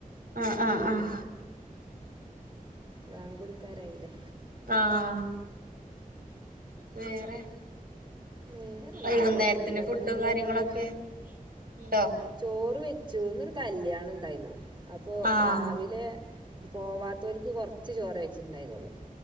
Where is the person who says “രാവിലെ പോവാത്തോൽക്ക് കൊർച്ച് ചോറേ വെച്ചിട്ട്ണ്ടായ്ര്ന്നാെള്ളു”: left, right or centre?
Right